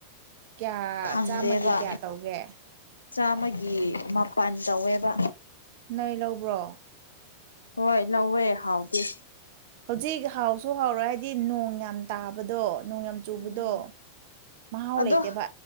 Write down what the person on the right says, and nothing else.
ꯀꯌꯥ
ꯆꯥꯝꯃꯒꯤ ꯀꯌꯥ ꯇꯧꯒꯦ
ꯅꯣꯏ ꯂꯧꯕ꯭ꯔꯣ
ꯍꯧꯖꯤꯛ ꯍꯥꯎꯁꯨ ꯍꯥꯎꯔꯣꯏ ꯍꯥꯏꯗꯤ ꯅꯣꯡ ꯌꯥꯝ ꯇꯥꯕꯗꯣ ꯅꯣꯡ ꯌꯥꯝ ꯆꯨꯕꯗꯣ
ꯃꯍꯥꯎ
ꯂꯩꯇꯦꯕ